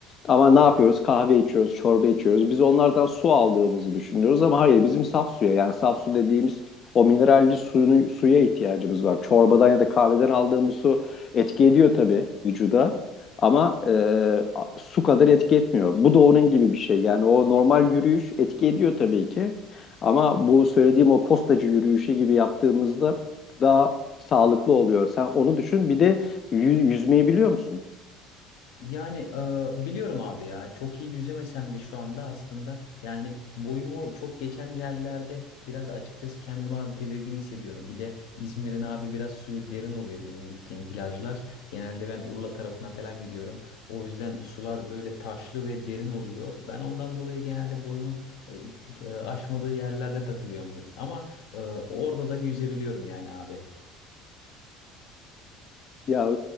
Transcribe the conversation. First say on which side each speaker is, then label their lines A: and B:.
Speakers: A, on the left; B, on the left.
A: Ama ne yapıyoruz?
B: Evet.
A: Kahve içiyoruz, çorba içiyoruz. Biz onlardan su aldığımızı düşünüyoruz ama hayır bizim saf suya yani saf su dediğimiz o mineralli suyunu, suya ihtiyacımız var. Çorbadan ya da kahveden aldığımız su etki ediyor tabii vücuda ama e, su kadar etki etmiyor. Bu da onun gibi bir şey. Yani o normal yürüyüş etki ediyor tabii ki ama bu söylediğim o postacı yürüyüşü gibi yaptığımızda daha sağlıklı oluyor. Sen onu düşün. Bir de yü- yüzmeyi biliyor musun?
B: Yani e, biliyorum abi ya çok iyi yüzemesem de şu anda aslında yani boyumu çok geçen yerlerde biraz açıkçası kendimi abi tedirgin hissediyorum. Bir de İzmir'in abi biraz suyu derin oluyor benim gittiğim plajlar. Genelde ben Urla tarafına falan gidiyorum. O yüzden sular böyle taşlı ve derin oluyor. Ben ondan dolayı genelde boyumun e, e, aşmadığı yerlerde takılıyorum. Ama e, orada da yüzebiliyorum yani abi.
A: Ya